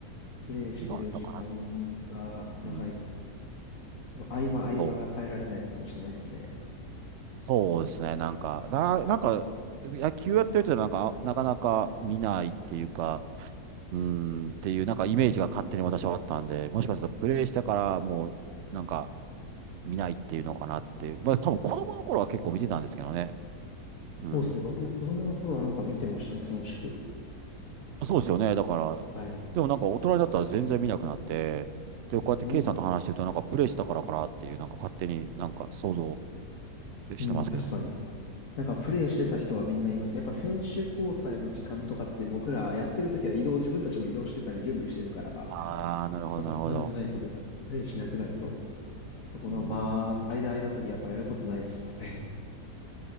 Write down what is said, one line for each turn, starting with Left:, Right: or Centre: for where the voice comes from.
Left: プレイしてる時間が長いと、
Right: 今だから、うん。
Left: その合間合間が耐えられないのかもしれないですね。
Right: そう。そうですね、なんか、な、なんか、野球やってる人はなんか、なかなか見ないっていうか、うーん、っていう、なんかイメージが勝手に私はあったんで、もしかするとプレイしてからもう、なんか見ないっていうのかなっていう。まあ多分子供の頃は結構見てたんですけどね。うん。
Left: そうですね。僕も子供の頃はなんか見てましたね。楽しく。
Right: そうですよね。だから、
Left: はい。
Right: でもなんか大人になったら全然見なくなって、で、こうやってケイさんと話してるとなんかプレイしたからかなっていう、
Left: なんな
Right: なんか勝手になんか想像してますけども。
Left: うん、確かに。なんかプレイしてた人はみんな言います。やっぱ選手交代の時間とかって僕らやってる時は移動、自分たちも移動してたり準備してるから、
Right: ああ、なるほど、
Left: 多分感じないけど、
Right: なるほど。
Left: プレイしなくなると、そこのまあ、
Right: うん、
Left: 間間時やっぱやることないですもんね。